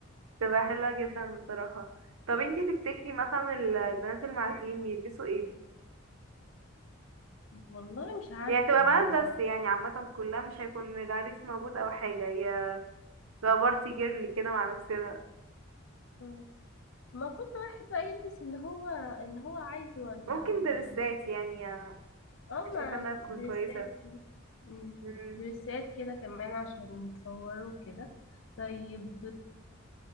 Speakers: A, on the right; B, on the left.
A: تبقى حلوه جدا بصراحه طب انتي تفتكري مثلا ال- البنات المعازيم يلبسوا ايه
B: والله مش عارفة
A: يعني تبقى
B: يعني
A: بنات بس يعني عامه كلها مش هيكون العريس موجود او حاجه هي تبقى بارتي جيرل كده مع نفسنا
B: مم. ما كنت واحد بقى يلبس اللي هو اللي هو عايزه ولا
A: ممكن
B: ولا
A: درسات يعني انا
B: اه ما
A: شايفه انها
B: دريسات
A: تكون كويسه
B: كده مم.
A: مم.
B: دريسات كده كمان عشان يتصوروا كده طيب